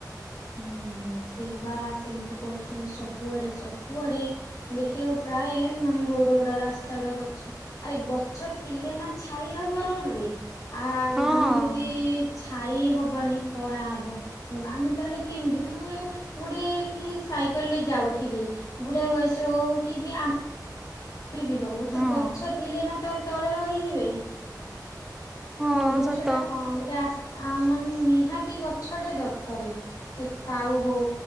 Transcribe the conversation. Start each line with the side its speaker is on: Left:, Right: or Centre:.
Left: ହୁଁ ସେ ବା ସେମିତି କହୁଛନ୍ତି ସବୁଆଡେ ସବୁ ସବୁ ଆଡେ ଦେଖିବ ପ୍ରାୟ ମାନେ ରୋଡ ଗୁଡା ରାସ୍ତା ଗୁଡା ଗଛ ଆରେ ଗଛ ଥିଲେ ନା ଛାଇ ହବ ରୋଡରେ। ଆ
Centre: ହଁ
Left: ଆମେ ଯଦି ଛାଇ ହବନି ଖରା ହବ ଆମେ ତାହେଲେ କେମିତି ମନେକର ଗୋ ଗୋଟେ କିଏ ସାଇକେଲରେ ଯାଉ ଥିବେ ବୁଢ଼ା ବୟସ ହଉ କି ବି ଆମେ କିଏ ବି ହଉ
Centre: ହଁ
Left: ଗଛ ଥିଲେ ନା ତା ତଳେ ରହିଯିବେ।
Centre: ହଁ।
Left: ଗଛାଟା
Centre: ସତ
Left: କଣ ଗୋଟେ ଆ ମାନେ ନିହାତି ଗଛଟା ଦରକାରେ ସେ କାଉ ହଉ